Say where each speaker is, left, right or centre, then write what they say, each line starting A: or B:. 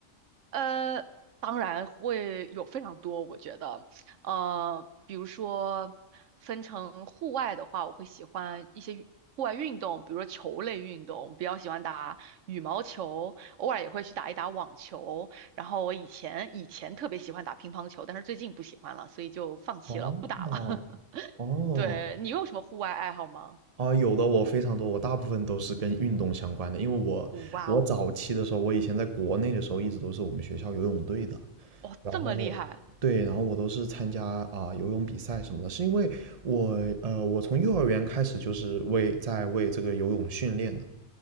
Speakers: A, on the right; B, on the right.
A: 呃，当然会有非常多，我觉得，呃，比如说分成户外的话，我会喜欢一些运户外运动，比如说球类运动，比较喜欢打羽毛球，偶尔也会去打一打网球。然后我以前以前特别喜欢打乒乓球，但是最近不喜欢了，所以就放弃了，
B: 哦哦
A: 不打了。<laughs> 对，你有什么户外爱好吗？
B: 啊，有的我非常多，我大部分都是跟运动相关的，因为我我早期的时候，
A: 哇哦，
B: 我以前在国内的时候，一直都是我们学校游泳队的，
A: 哇，
B: 然后对，
A: 这么厉害！
B: 然后我都是参加啊、游泳比赛什么的，是因为我呃我从幼儿园开始就是为在为这个游泳训练的，